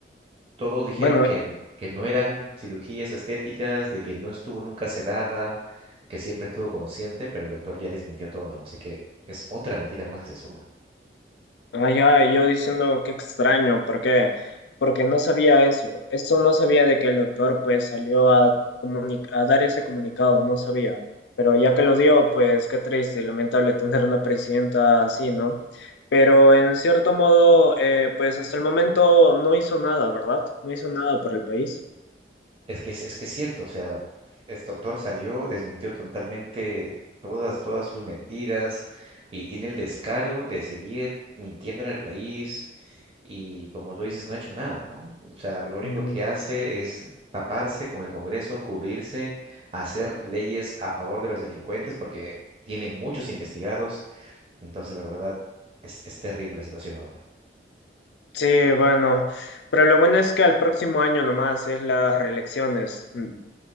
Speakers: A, on the right (about 30°); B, on the left (about 75°).
A: Todos dijeron
B: Bueno,
A: que, que no eran cirugías estéticas, de que no estuvo nunca sedada, que siempre estuvo consciente, pero el doctor ya desmintió todo, ¿no? Así que es otra mentira más que se suma.
B: Ay, ay, yo diciendo qué extraño, ¿por qué? Porque no sabía eso. Eso no sabía de que el doctor pues salió a, comuni- a dar ese comunicado, no sabía. Pero ya que lo dio, pues qué triste y lamentable tener una presidenta así, ¿no? Pero en cierto modo, eh, pues hasta el momento no hizo nada, ¿verdad? No hizo nada por el país.
A: Es que es, es que es cierto, o sea, este doctor salió, desmintió totalmente todas, todas sus mentiras y tiene el descaro de seguir mintiendo en el país y como tú dices, no ha hecho nada, ¿no? O sea, lo único
B: Mm,
A: que hace es taparse con el Congreso, cubrirse, hacer leyes a favor de los delincuentes porque tienen muchos investigados, entonces la verdad es, es terrible la situación ahora.
B: sí, bueno. Pero lo bueno es que al próximo año nomás es las reelecciones, mm,